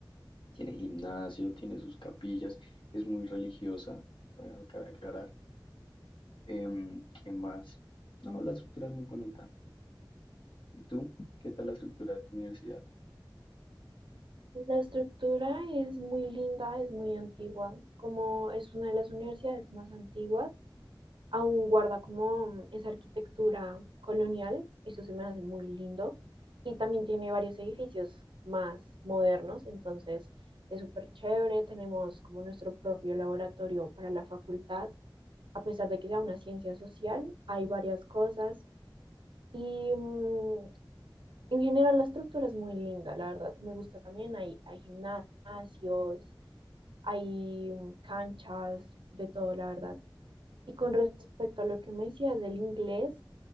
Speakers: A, on the left; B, on the right.
A: tiene gimnasio, tiene sus capillas, es muy religiosa, bueno, cabe aclarar. Em, ¿qué más? No, la estructura es muy bonita. ¿Y tú? ¿Qué tal la estructura de tu universidad?
B: La estructura es muy linda, es muy antigua, como es una de las universidades más antiguas, aún guarda como mm, esa arquitectura colonial, eso se me hace muy lindo, y también tiene varios edificios más modernos, entonces es súper chévere, tenemos como nuestro propio laboratorio para la facultad, a pesar de que sea una ciencia social, hay varias cosas y mm, en general la estructura es muy linda, la verdad, me gusta también, hay, hay gimnasios, hay mm, canchas, de todo, la verdad. Y con respecto a lo que me decías del inglés,